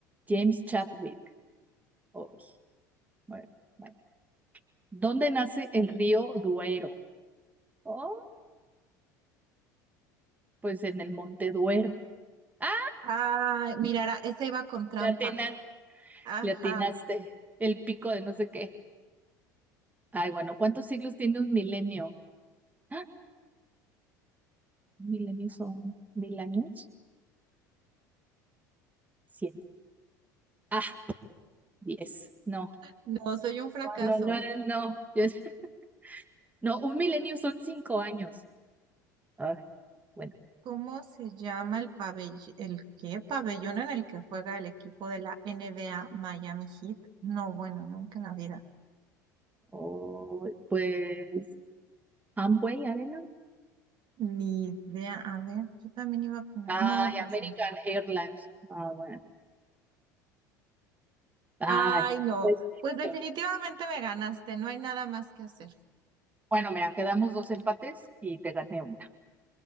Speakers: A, on the right; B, on the right.
A: James Chadwick. Ay, bueno, bueno. ¿Dónde nace el río Duero? Oh, pues en el Monte Duero. ¡Ah!
B: Ah, mirara, esa iba con trampa.
A: Le atina-
B: Ajá.
A: le atinaste. El pico de no sé qué. Ay, bueno, ¿cuántos siglos tiene un milenio? ¡Ah! ¿Un milenio son mil años? Siete. Ah, diez. No,
B: No, soy un fracaso.
A: no, no, no. no. Yo- No, un milenio son cinco años. Ah, bueno,
B: ¿Cómo se llama el pabellón, el qué pabellón en el que juega el equipo de la NBA Miami Heat? No, bueno, nunca en la vida.
A: o- pues Amway Arena.
B: Ni idea. A ver, yo también iba a poner.
A: Ay,
B: No, pues
A: American
B: no.
A: Airlines. Ah, bueno. Ay,
B: Ay, no.
A: Pues listo.
B: Pues definitivamente me ganaste. No hay nada más que hacer.
A: Bueno, mira, quedamos dos empates y te gané una.